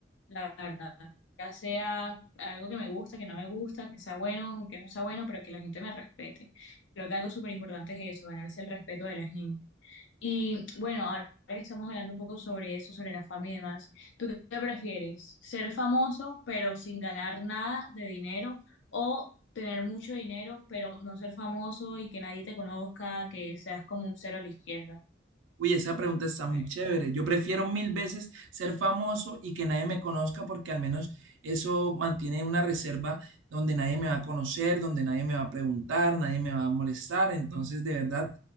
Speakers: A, on the left (about 70°); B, on the right (about 85°).
A: la verdad. Ya sea algo que me gusta, que no me gusta, que sea bueno, que no sea bueno, pero que la gente me respete. Creo que algo súper importante es eso, ganarse el respeto de la gente. Y bueno, ahora que estamos hablando un poco sobre eso, sobre la fama y demás. ¿Tú qué prefieres? ¿Ser famoso pero sin ganar nada de dinero o tener mucho dinero pero no ser famoso y que nadie te conozca, que seas como un cero a la izquierda?
B: Uy, esa pregunta está
A: A
B: muy
A: ver.
B: chévere. Yo prefiero mil veces ser famoso y que nadie me conozca porque al menos eso mantiene una reserva donde nadie me va a conocer, donde nadie me va a preguntar, nadie me va a molestar. Entonces, de verdad,